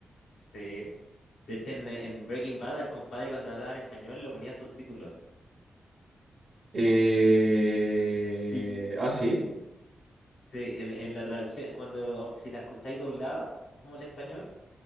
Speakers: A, on the left (about 80°); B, on the right (about 55°).
A: Sí. De hecho, en, en Breaking Bad, al compadre cuando hablaba en español lo ponía subtítulos.
B: Eh,
A: Sí.
B: ¿Ah, sí?
A: Sí, en, en la traducción, cuando si la escucháis doblada, como el español,